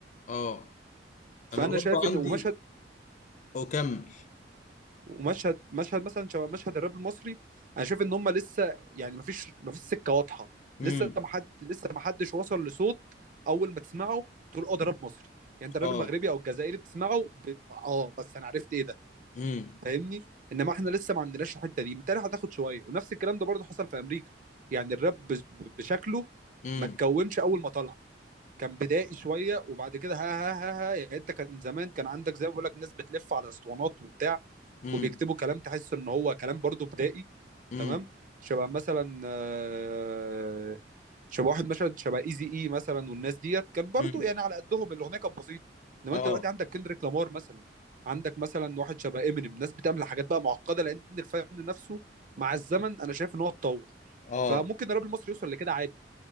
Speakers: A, on the left (about 40°); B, on the right (about 45°).
A: اه
B: فانا
A: انا برضو
B: شايف ان
A: عندي
B: ومشهد
A: اكمل
B: ومشهد مشهد مثلا شبه مشهد الراب المصري انا شايف ان هم لسه يعني مفيش مفيش سكه واضحه
A: امم
B: لسه ما حد لسه ما حدش وصل لصوت اول ما تسمعه تقول اه ده راب مصري يعني انت الراب
A: اه
B: المغربي او الجزائري بتسمعه ب... اه بس انا عرفت ايه ده
A: امم
B: فاهمني انما احنا لسه ما عندناش الحته دي بالتالي هتاخد شويه ونفس الكلام ده برضه حصل في امريكا يعني الراب ب... ب- بشكله
A: امم
B: ما اتكونش اول ما طلع كان بدائي شويه وبعد كده ها ها ها ها يعني انت كان زمان كان عندك زي ما بقول لك ناس بتلف على اسطوانات وبتاع
A: امم
B: وبيكتبوا كلام تحس ان هو كلام برضو بدائي
A: امم
B: تمام شبه مثلا آه، شبه واحد مثلا شبه ايزي اي مثلا والناس ديت كان برضو
A: امم
B: يعني على قدهم الاغنيه كانت بسيطه انما
A: اه
B: انت دلوقتي عندك كندريك لامار مثلا عندك مثلا واحد شبه امينيم ناس بتعمل حاجات بقى معقده لان الفن نفسه مع الزمن انا شايف ان هو اتطور
A: اه
B: فممكن الراب المصري يوصل لكده عادي